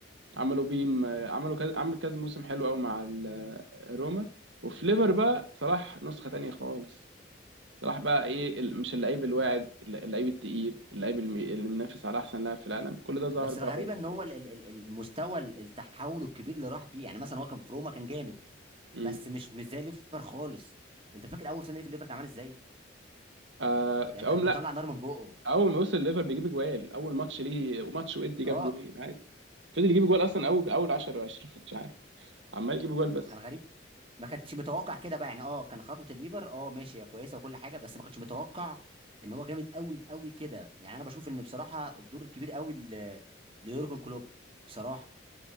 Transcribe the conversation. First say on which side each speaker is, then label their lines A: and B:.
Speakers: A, on the right; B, on the right.
A: عملوا بيه م- عملوا كذا عمل كذا موسم حلو قوي مع ال- روما وفي ليفر بقى صلاح نسخة تانية خالص صلاح بقى ايه ال- مش اللعيب الواعد
B: آه.
A: الل- اللعيب التقيل اللعيب الم- اللي منافس على احسن لاعب في العالم كل ده ظهر
B: بس
A: بقى
B: الغريبه
A: هو في
B: ان
A: الليفر.
B: هو ال- ال- ال- المستوى ال- التحول الكبير اللي راح بيه يعني مثلا هو كان في روما كان جامد
A: مم.
B: بس مش مش زي ليفر خالص انت فاكر اول سنه ليه في ليفر كان عامل ازاي
A: آه
B: يعني
A: في
B: كان
A: اول
B: بيطلع
A: لا
B: نار من بقه
A: اول ما وصل ليفر بيجيب جوال اول ماتش ليه ماتش ودي جاب
B: اه
A: جولين عادي فضل يجيب جوال اصلا اول اول 10 و20 <laughs> مش عارف عمال يجيب جوال بس
B: كان غريب ما كانش متوقع كده بقى يعني اه كان خطوه الليفر اه ماشي هي كويسه وكل حاجه بس ما كانش متوقع ان هو جامد قوي قوي كده يعني انا بشوف ان بصراحه الدور الكبير قوي ل- ليورجن كلوب بصراحه